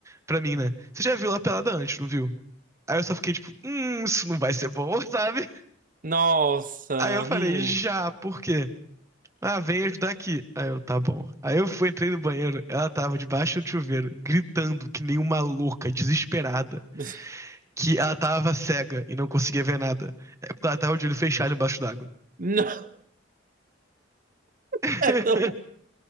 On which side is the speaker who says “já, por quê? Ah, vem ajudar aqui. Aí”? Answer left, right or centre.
Right